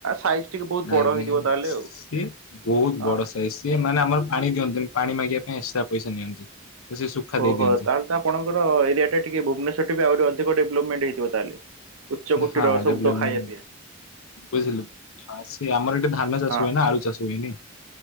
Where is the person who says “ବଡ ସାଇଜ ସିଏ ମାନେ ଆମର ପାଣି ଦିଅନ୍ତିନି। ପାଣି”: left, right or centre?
Left